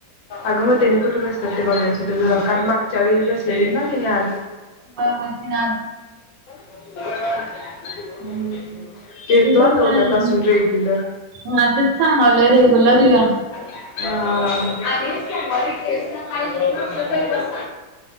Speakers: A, on the left; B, on the right.
A: अगं मग तेनी कुठं बसत्यात ते बघायचं होतं गं कारण मागच्या वेळी बसलेलीत ना तेनी आत.
B: व्हय व्हय तेनी आत बसल्यालीत.
A: <unintelligible>
B: तू पण
A: आता
B: काय,
A: उद्यापासून रेग्युलर
B: हा तेच सांगालोय रेग्युलर या.
A: हा आणि सोमवारी टेस्टला काय येत नसलं तरी बसा.